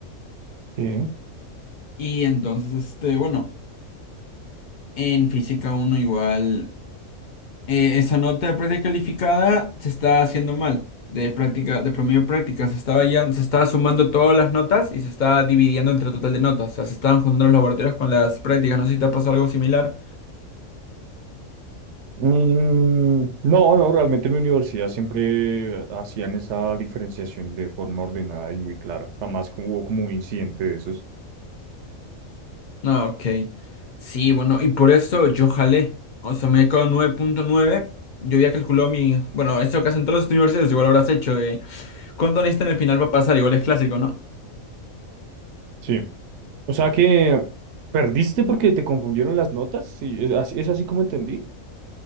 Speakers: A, on the right; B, on the left.
A: Sí.
B: Y entonces, este, bueno, en Física uno igual, eh, esa nota de práctica calificada se está haciendo mal. De práctica, de promedio de práctica, se estaba ya, se estaba sumando todas las notas y se está dividiendo entre el total de notas. O sea, se estaban juntando los laboratorios con las prácticas. No sé si te ha pasado algo similar.
A: Mm, no, no, realmente en mi universidad siempre hacían esa diferenciación de forma ordenada y muy clara. Jamás como- hubo como un incidente de esos.
B: Ah, ok. Sí, bueno, y por eso yo jalé. O sea, me quedó nueve punto nueve Yo había calculado mi. Bueno, eso que hacen todos los universitarios, igual habrás hecho. Eh, ¿cuánto necesitan al final para pasar? Igual es clásico, ¿no?
A: Sí. O sea que perdiste porque te confundieron las notas. Sí, es así, es así como entendí.